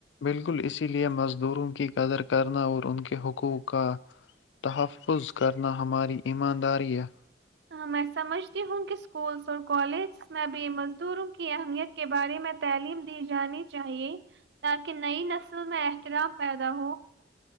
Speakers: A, on the left (about 85°); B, on the right (about 70°).
A: بالکل اسی لے مزدوروں کی قدر کرنا اور ان کے حقوق کا تحفظ کرنا ہماری ایمانداری ہے <unintelligible>
B: ہ میں سمجھتی ہوں کہ اسکولس اور کالج میں بھی مزدوروں کی اہمیت کے بارے میں تعلیم دی جانی چاہیے تاکہ نئی نسل میں احترام پیدا ہو <unintelligible>